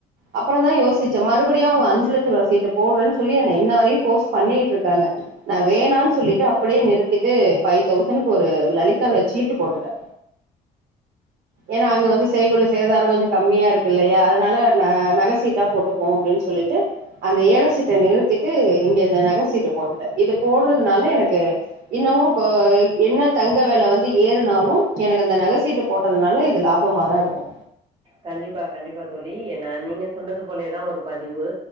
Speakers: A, on the right (about 60°); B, on the right (about 30°).
A: அப்புறந்தா யோசிச்சே மறுபடியு அவுங்க அஞ்சு லட்சரூவா சீட்டு போட்றன்னு சொல்லி என்ன இன்ன வரையு போர்ஸ் பண்ணிகிட்ருக்காங்க நா வேணான் சொல்லிட்டு அப்படியே நிறுத்திட்டு ஃபைவ் தௌசண்ட்க்கொரு லலிதால சீட்டு போட்டுட்டே ஏனா அங்க வந்து செய்கூலி சேதாரோ இப்ப கொஞ்சோ கம்மியா இருக்குல்லயா அதனால ந நக சீட்டா போட்டுப்போம் அப்டின் சொல்லிட்டு அந்த ஏல சீட்ட நிறுத்திட்டு இங்க நக சீட்ட போட்டுட்டே இது போடுறதுனால எனக்கு இன்னமு இப்ப என்ன தங்க வெல வந்து ஏறுனாலு எனக்கு அந்த நக சீட்டு போட்டதுனால இது லாபமாதா இருக்கு
B: கண்டிப்பா கண்டிப்பா தோழி ஏனா நீங்க சொன்னது போலேதா ஒரு பதிவு